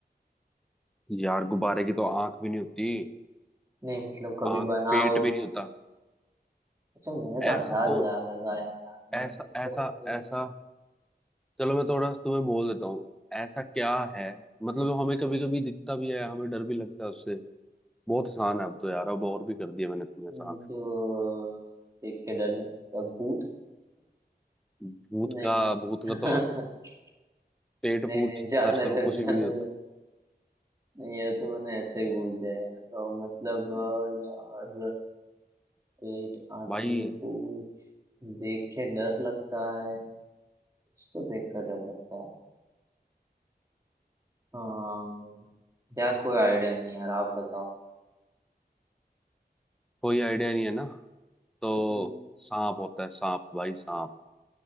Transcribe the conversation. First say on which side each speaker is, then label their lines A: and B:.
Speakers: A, in the centre; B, on the right.
A: यार गुब्बारे की तो आंख भी नहीं होती
B: नहीं मतलब कभी
A: आंख
B: बनाओ
A: पेट भी नहीं होता
B: अच्छा मैंने तो
A: ऐसा
B: अंदाज
A: को
B: लगा- लगाया यार
A: ऐसा
B: मतलब
A: ऐसा
B: तो फिर
A: ऐसा चलो मैं थोड़ा तुम्हें बोल देता हूँ ऐसा क्या है मतलब हमें कभी कभी दिखता भी है हमें डर भी लगता है उससे बहुत आसान है अब तो यार अब और भी कर दिया मैंने तुम्हें आसान
B: हम्म, जो देख के डर लगता है भूत
A: भूत
B: नहीं
A: का
B: नहीं
A: भूत
B: <laughs>
A: का तो पेट
B: नहीं
A: पूट
B: नहीं
A: सर
B: जाने
A: सर
B: दो
A: कुछ
B: जाने
A: भी नहीं
B: दो
A: होता
B: नहीं यार तो मैंने ऐसे ही बोल दिया यार तो मतलब अ, यार पेट आंखें
A: भाई
B: भूत देख के डर लगता है इसको देख कर डर लगता है हाँ यार कोई आइडिया नहीं यार आप बताओ
A: कोई आइडिया नहीं है ना तो
B: हम्म,
A: सांप होता है सांप भाई सांप